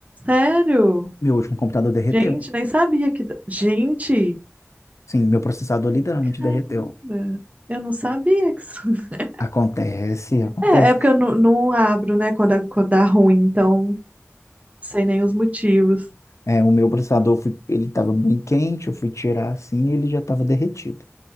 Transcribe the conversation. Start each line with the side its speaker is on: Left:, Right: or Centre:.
Right: Sério?
Left: Meu último computador derreteu.
Right: Gente, nem sabia que. da- Gente!
Left: Sim, meu processador literalmente
Right: Caramba!
Left: derreteu.
Right: Eu não sabia que isso. <laughs>
Left: Acontece, acontece.
Right: É, é porque eu não, não abro, né, quando, a- quando dá ruim, então. Sei nem os motivos.
Left: É, o meu processador, eu fui- ele estava bem quente, eu fui tirar assim e ele já estava derretido.